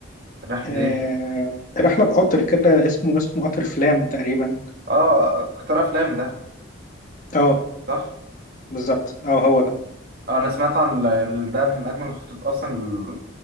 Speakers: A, on the right; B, on the left.
A: رحله
B: آه
A: ايه
B: رحلة بقطر كده اسمه اسمه قطر فلام تقريبا
A: اه قطار افلام ده
B: اه
A: صح
B: بالظبط اه هو ده
A: اه انا سمعت عن ال- ال- ده من اجمل الخطوط اصلا ال-